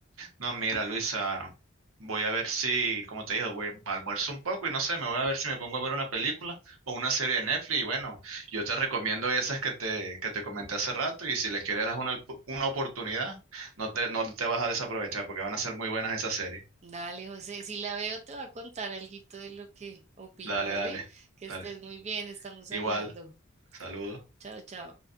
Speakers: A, on the right (about 80°); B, on the right (about 35°).
A: No, mira, Luisa, voy a ver si, como te dije, voy a almuerzo un poco y no sé, me voy a ver si me pongo a ver una película o una serie de Netflix. Y bueno, yo te recomiendo esas que te, que te comenté hace rato y si les quieres dar una, una oportunidad, no te, no te vas a desaprovechar porque van a ser muy buenas esas series.
B: Dale, José, si la veo te va a contar alguito de lo que opino,
A: Dale,
B: ¿vale?
A: dale,
B: Que estés
A: dale.
B: muy bien, estamos
A: Igual,
B: hablando.
A: saludos.
B: Chao, chao.